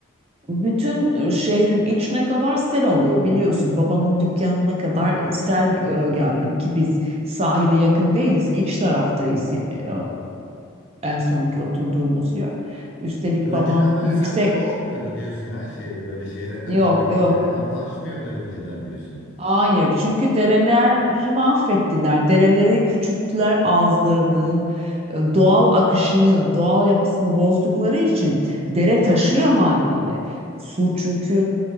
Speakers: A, on the right (about 30°); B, on the left (about 60°).
A: bütün e, şehrin içine kadar sel alıyor biliyorsun. Babamın dükkanına kadar sel e, geldi ki biz sahile yakın değiliz. iç taraftayız e, en sonki oturduğumuz yer. Üstelik
B: Önceden
A: babam
B: böyle
A: yüksek
B: seller olmuyordu diyorsun ha. Şey böyle şehre
A: yok
B: kadar gelen
A: yok
B: dereler taşmıyordu önceden diyorsun.
A: Hayır, çünkü dereleri mahvettiler. Dereleri küçülttüler ağızlarını, e, doğal akışını, doğal yapısını bozdukları için dere taşıyor haliyle. Su çünkü